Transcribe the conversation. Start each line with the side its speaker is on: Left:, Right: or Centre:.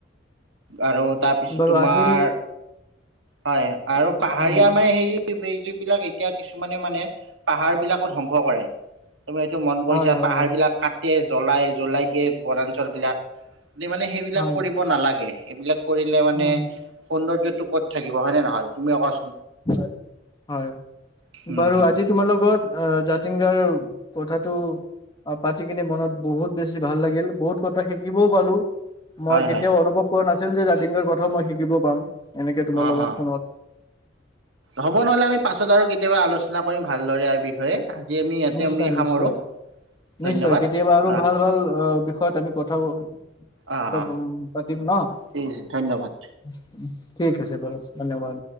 Right: আৰু তাৰপিছত
Left: বাৰু
Right: তোমাৰ
Left: আজি
Right: হয় আৰু পাহাৰীয়া
Left: উম,
Right: মানে হেৰি এই বেইজুবিলাক এতিয়া কিছুমানে মানে পাহাৰবিলাকো ধ্বংস কৰে তুমি এইেইটো মন কৰিছা
Left: হয়, হয়,
Right: পাহাৰ বিলাক কাট জ্বলাই জ্বলাই দিয়ে বনাঞ্চল বিলাক মানে সেইবিলাক
Left: হয়,
Right: নালাগে সেইবিলাক কৰিলে মানে
Left: উম,
Right: সৌন্দৰ্য্য ক'ত থাকিব হয় নহয়, তুমি য়ে কোৱা চোন
Left: হয় হয়
Right: হুম
Left: বাৰু
Right: হুম
Left: আজি তোমাৰ লগত জাতিং গাৰ। কথাটো পাতি কিনে মনত বহুত বেছি ভাল লাগিল। বহুত কথা শিকিবও পালো। মই
Right: হয়
Left: কেতিয়াও
Right: হয়
Left: অনুভৱ কোৱা নাছিল যে, জাতিংগাৰ কথাও মই শিকিব পাম। এনেকে তোমাৰ
Right: অ
Left: লগত
Right: অ
Left: ফোনত।
Right: হ'ব নহ'লে। আমি পাছত আৰু কেতিয়াবা আলোচনা কৰিম ভালদৰে ইয়াৰ বিষয়ে। আজি আমি ইয়াতে
Left: নিশ্চয়,
Right: আমি সামৰো
Left: নিশ্চয়।
Right: ধন্যবাদ
Left: নিশ্চয়, কেতিয়াবা আৰু
Right: অ
Left: ভাল, ভাল অঁ'। বিষয়ত আমি কথাও।
Right: অ
Left: ত,
Right: অ
Left: উ পাতিম ন?
Right: ঠিক আছে ধন্যবাদ
Left: <unintelligible> ঠিক আছে বাৰু ধন্যবাদ।